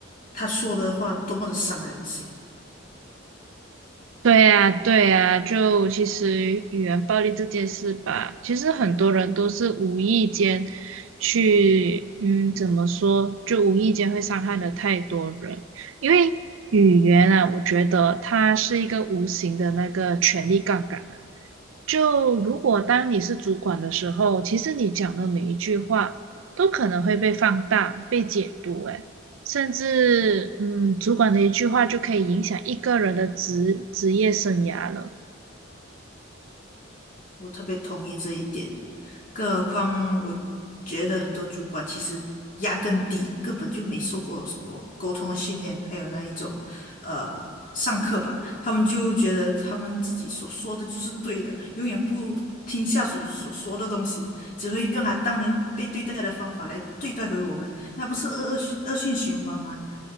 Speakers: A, on the left; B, on the right.
A: 他说的话多么的伤人心。
B: 对呀，对呀，就其实语言暴力这件事吧，其实很多人都是无意间去，嗯，怎么说，就无意间会伤害了太多人。因为语言啊，我觉得它是一个无形的那个权力杠杆啊，就如果当你是主管的时候，其实你讲的每一句话都可能会被放大、被解读，诶，甚至嗯，主管的一句话就可以影响一个人的职职业生涯了。
A: 我特别同意这一点。更何况，我觉得很多主管其实压根底根本就没受过什么沟通的训练，还有那一种呃上课吧，他们就觉得他们自己所说的就是对的，永远不听下属所说的东西，只会用他当年被对待的方法来对待回我们，那不是恶恶恶性循环吗？